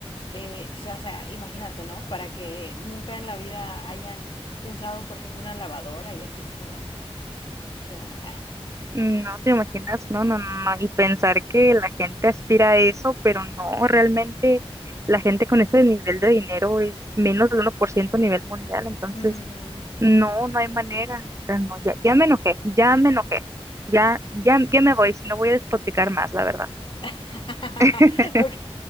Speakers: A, on the left; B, on the right.
A: eh, o sea, o sea, imagínate, ¿no? Para que nunca en la vida hayan usado, por ejemplo, una lavadora y así, es como, ¿qué onda?
B: No te imaginas, no, no, no, no. Y pensar que la gente aspira a eso, pero no, realmente la gente con ese nivel de dinero es menos del 1% a nivel mundial,
A: <laughs>
B: entonces
A: Ujú.
B: no, no hay manera. O sea, no, ya, ya me enojé, ya me enojé, ya, ya, ya me voy, si no voy a despotricar más, la verdad.
A: <laughs>
B: <laughs>
A: Ok,